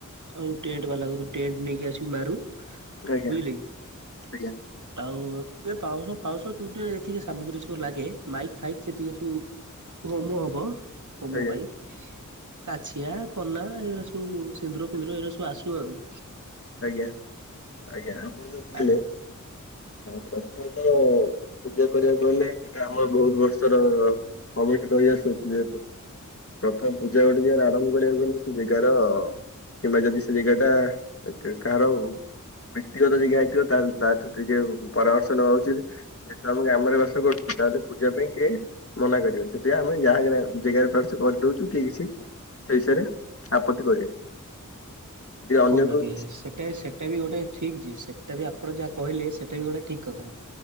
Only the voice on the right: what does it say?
ଆଉ ଟେଣ୍ଟ ବାଲା କୁ ଟେଣ୍ଟ ନେଇକି ଆସିକି ମାରୁ।
ବୁଝିଲେ କି।
ଆଉ ଏ ପାଉଁଶ ଫାଉଁଶ ତୁ ଟେ ଏତିକି ସାମଗ୍ରୀ ସବୁ ଲାଗେ ମାଇ ଫାଇକ୍ ସେତିକି ସବୁ ହୋମୋ ହବ ହୋମୋ
ପାଇଁ। କାଛିଆ କନା ଏଗୁଡା ସବୁ ସିନ୍ଦୁର ଫିନ୍ଦୁର ଏରା ସବୁ ଆସିବ ଆଉ।
ଆଜ୍ଞା
କହୁନାହାନ୍ତି
ସେଟା ସେଟା ବି ଗୋଟେ ଠିକ୍ ଯେ ସେଟା ବି ଆପଣ ଯାହା କହିଲେ ସେଇଟା ବି ଗୋଟେ ଠିକ୍ କଥା।